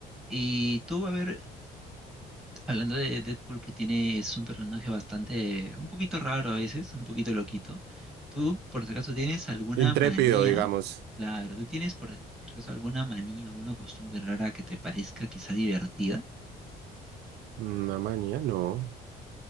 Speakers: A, in the centre; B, on the right.
A: Y tú, a ver, hablando de Deadpool, que tiene, es un personaje bastante, un poquito raro a veces, un poquito loquito. ¿Tú, por si acaso, tienes alguna
B: intrépido,
A: manía?
B: digamos.
A: Claro, ¿tú tienes, por si acaso, alguna manía o una costumbre rara que te parezca quizá divertida?
B: Una manía, no.